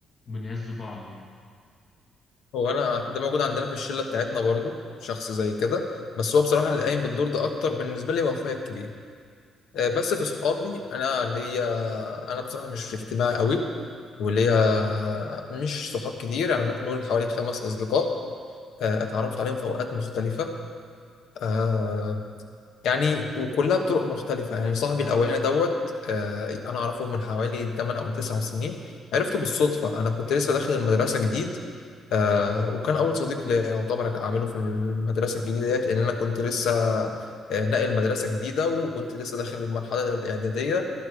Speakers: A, on the left; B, on the left.
A: بنعز بعض يعني
B: هو انا ده موجود عندنا في الشله بتاعتنا برضو شخص زي كده بس هو بصراحه اللي قايم بالدور ده اكتر بالنسبه لي هو اخويا الكبير آه، بس في صحابي انا ليا انا بصراحه مش اجتماعي قوي وليا مش صحاب كتير يعني ممكن نقول حوالي خمس اصدقاء آه، اتعرفت عليهم في اوقات مختلفه آه، يعني وكلها بطرق مختلفة يعني صاحبي الأولاني دوت آه أنا أعرفه من حوالي 8 أو 9 سنين عرفته بالصدفة أنا كنت لسه داخل المدرسة جديد آه وكان أول صديق ليا يعتبر أعمله في المدرسة الجديدة ديت لأن أنا كنت لسه آه، ناقل مدرسة جديدة وكنت لسه داخل المرحلة الإعدادية